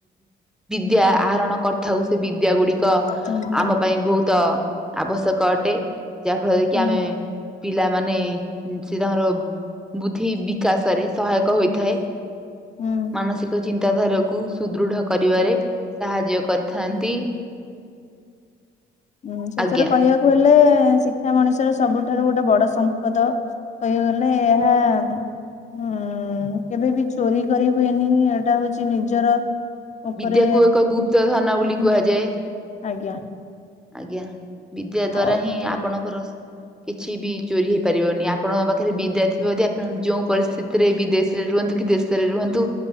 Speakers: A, in the centre; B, on the left.
A: ଦିଆ ଆରଣ। କରିଥାଉ ସେ ବିଦ୍ୟା ଗୁଡିକ
B: ହୁଁ
A: ଆମ ପାଇଁ ବହୁତ ଆବଶ୍ୟକ ଅଟେ। ଯାହା ଫଳରେ କିି
B: ହୁଁ
A: ଆମେ ପିଲାମାନେ ସେ ତାଙ୍କର ବୁଦ୍ଧି ବି ଚାଷରେ ସହାୟକ ହୋଇଥାଏ
B: ହୁଁ
A: ମାନସିକ ଚି ଚିତାଧାରକୁ ସୁଦୃଢ କରିବାରେ ସାହାଯ୍ୟ କରିଥାନ୍ତି।
B: ହୁଁ। ହୁଁ ଶେସେରେ
A: ଆଜ୍ଞା
B: କହିବାକୁ ହେଲେ। ଶିକ୍ଷା ମଣିଷର ସବୁଠାରୁ ଗୋଟେ ବଡ ସମ୍ପଦ କହିବାକୁ ଗଲେ ଏହା ହୁଁ କେବେ ବି ଚୋରି କରି ହୁଏନି ଏଟା ହଉଛି ନିଜର ଉପରେ
A: ବିଦ୍ୟାକୁ ଏକ ଗୁପ୍ତ ଧାନ
B: ହୁଁ
A: ବୋଲି କୁହାଯାଏ।
B: ଆଜ୍ଞା।
A: ଆଜ୍ଞା ବିଦ୍ୟା
B: ହଉ
A: ଦ୍ଵାରା ହିଁ ଆପଣଙ୍କର। କିଛି ବି ଚୋରି ହେଇ ପାରିବନି ଆପଣଙ୍କ ପାଖରେ ବିଦ୍ୟା ଥିବ ଯଦି ଆପଣ ଯେଉଁ ପରିସ୍ଥିତିରେ ବିଦେଶରେ। ରୁହନ୍ତୁ କି ଦେଶରେ ରୁହନ୍ତୁ।